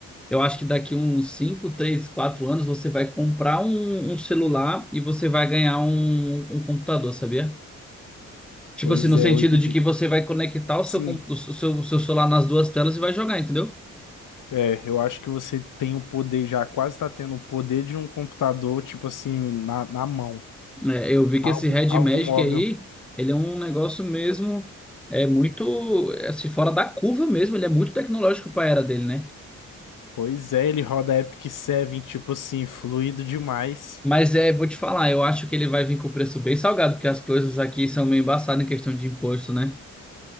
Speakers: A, in the centre; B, on the left.
A: eu acho que daqui uns 5 3 4 anos você vai comprar um, um celular e você vai ganhar um, um computador, sabia? Tipo
B: pois
A: assim, no
B: é,
A: sentido
B: hoje em
A: de
B: dia.
A: que você vai conectar o seu,
B: Sim.
A: com- o seu, o seu celular nas duas telas e vai jogar, entendeu?
B: É, eu acho que você tem o poder já, quase tá tendo o poder de um computador, tipo assim, na, na mão.
A: É, eu vi
B: Algo,
A: que esse Red
B: algo
A: Magic
B: móvel.
A: aí, ele é um negócio mesmo, é muito, é, assim, fora da curva mesmo, ele é muito tecnológico para a era dele, né?
B: Pois é, ele roda Epic Seven tipo assim, fluido demais.
A: Mas é, vou te falar, eu acho que ele vai vir com o preço bem salgado, porque as coisas aqui são meio embaçadas em questão de imposto, né?